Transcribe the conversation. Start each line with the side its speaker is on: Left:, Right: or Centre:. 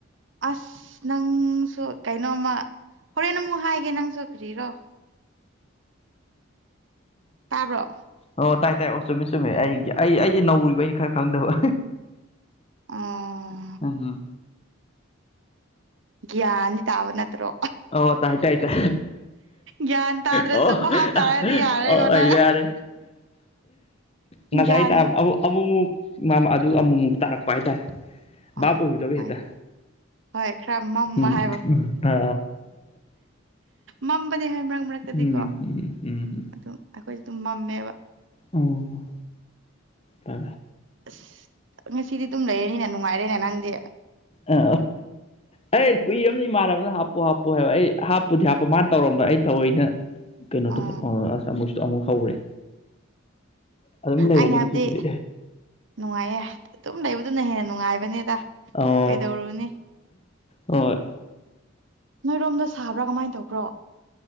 Right: ꯑꯁ ꯅꯪꯁꯨ ꯀꯩꯅꯣꯝꯃ ꯍꯣꯔꯦꯟꯦꯟ ꯑꯃꯨꯛ ꯍꯥꯏꯒꯦ ꯅꯪꯁꯨ ꯀ꯭ꯔꯤꯔꯣ ꯇꯥꯕ꯭ꯔꯣ
Left: ꯑꯣ ꯇꯥꯏ ꯀꯥꯏ ꯑꯣ ꯆꯨꯝꯃꯦ ꯆꯨꯝꯃꯦ ꯑꯩ ꯑꯩ ꯑꯩꯗꯤ ꯅꯧꯔꯤꯕ ꯑꯩꯅ ꯈꯔ ꯈꯪꯗꯕ
Right: ꯑꯣ
Left: ꯑꯝꯝ
Right: ꯌꯥꯅꯤ ꯇꯥꯎ ꯅꯠꯇꯣ
Left: ꯑꯣ ꯇꯥꯏ ꯇꯥꯏ ꯇ
Right: ꯒ꯭ꯌꯥꯟ ꯇꯥꯗ꯭ꯔꯁꯨ
Left: ꯑꯣ
Right: ꯚꯥꯞ ꯇꯥꯔꯗꯤ ꯌꯥꯔꯦꯀꯣ
Left: ꯑꯣ
Right: ꯅꯪ
Left: ꯌꯥꯔꯦ ꯉꯁꯥꯏ
Right: ꯒ꯭ꯌꯥꯟ
Left: ꯇꯥꯕꯗ ꯑꯕꯨ ꯃꯥ ꯑꯗꯨ ꯑꯃꯨꯛꯃꯨꯛ ꯇꯥꯔꯛꯄ ꯍꯥꯏꯇꯥꯔꯦ
Right: ꯑꯣ
Left: ꯞ ꯄꯕꯤꯗꯕꯤ
Right: ꯍꯣꯏ
Left: ꯍꯦꯠꯇ
Right: ꯍꯣꯏ ꯈꯔ ꯃꯝꯕ
Left: ꯎꯝ
Right: ꯍꯥꯏꯕ
Left: ꯎꯝ ꯑ
Right: ꯃꯝꯕꯅꯦ ꯍꯣꯏ ꯃꯔꯛ ꯃꯔꯛꯇꯗꯤꯀꯣ
Left: ꯎꯝꯝ ꯎꯝ ꯎꯝ
Right: ꯑꯗꯨꯝ ꯑꯩꯈꯣꯏꯁꯨ ꯑꯗꯨꯝ ꯃꯝꯃꯦ
Left: ꯑꯣ ꯇ
Right: ꯑꯁ ꯉꯁꯤꯗꯤ ꯑꯗꯨꯝ ꯂꯩꯔꯅꯤꯅ ꯅꯨꯡꯉꯥꯏꯔꯦꯅꯦ ꯅꯪꯗꯤ
Left: ꯑ ꯑꯩ ꯀꯨꯏ ꯑꯃꯅ ꯏꯃꯥꯟꯅꯕꯅ ꯍꯥꯞꯄꯨ ꯍꯥꯞꯄꯨ ꯍꯥꯏꯕ ꯑꯩ ꯍꯥꯞꯄꯨꯗꯤ ꯍꯥꯞꯄꯨ ꯃꯥꯅ ꯇꯧꯔꯝꯕ ꯑꯩ ꯊꯑꯣꯏꯅ ꯀꯩꯅ
Right: ꯑꯣ
Left: ꯇꯣ ꯑ ꯆꯨꯆ ꯑꯃꯃꯨꯛ ꯍꯥꯎꯔꯦ ꯑꯗꯨꯝ ꯂꯩꯔꯅꯤ
Right: ꯑꯩꯅ
Left: ꯉꯁꯤꯕꯨꯗꯤ
Right: ꯍꯥꯏꯕꯗꯤ ꯅꯨꯡꯉꯥꯏꯌꯦ ꯑꯗꯨꯝ ꯂꯩꯕꯗꯨꯅ ꯍꯦꯟꯅ ꯅꯨꯡꯉꯥꯏꯕꯅꯦꯗ
Left: ꯍ
Right: ꯀꯩꯗꯧꯔꯨꯅꯤ
Left: ꯍꯣꯏ
Right: ꯅꯣꯏꯔꯣꯝꯗ ꯁꯥꯕ꯭ꯔꯥ ꯀꯃꯥꯏꯅ ꯇꯧꯕ꯭ꯔꯣ